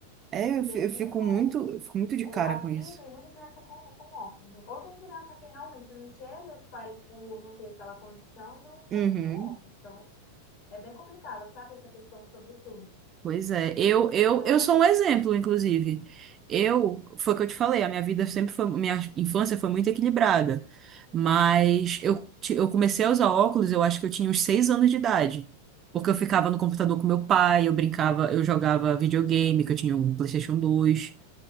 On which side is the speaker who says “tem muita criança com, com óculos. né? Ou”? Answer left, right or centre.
Left